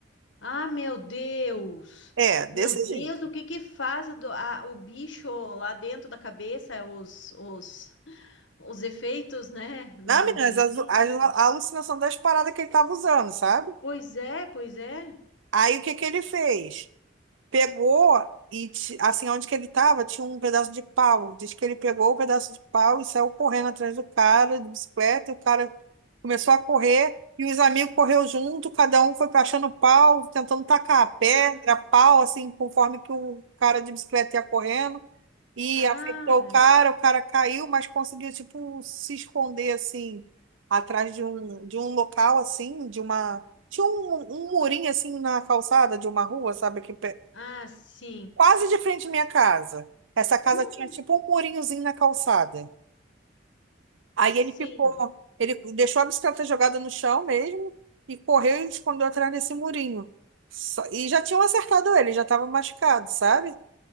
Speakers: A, on the left; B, on the right.
A: Ah, meu Deus!
B: É, desse
A: Meu Deus,
B: jeito.
A: o que que faz a do- a- o bicho lá dentro da cabeça, os, os, os efeitos, né? Meu
B: Não, meninas,
A: Deus!
B: a, a, alucinação das paradas que ele tava usando, sabe?
A: Pois é, pois é.
B: Aí o que que ele fez? Pegou e, ti- assim, onde que ele tava, tinha um pedaço de pau. Diz que ele pegou o pedaço de pau e saiu correndo atrás do cara, de bicicleta, e o cara começou a correr, e os amigos correu junto, cada um foi achando pau, tentando tacar pedra,
A: Ga-
B: pau, assim, conforme que o cara de bicicleta ia correndo, e
A: Cara,
B: acertou o cara, o cara caiu, mas conseguiu, tipo, se esconder, assim, atrás de um, de um local, assim, de uma... Tinha um, um murinho assim na calçada de uma rua, sabe? Que
A: ah, sim.
B: quase de frente à minha casa. Essa casa
A: Hum,
B: tinha tipo um murinhozinho na calçada. Aí
A: sim.
B: ele ficou, ele deixou a bicicleta jogada no chão mesmo e correu e escondeu atrás desse murinho. Só- E já tinham acertado ele, já estava machucado, sabe?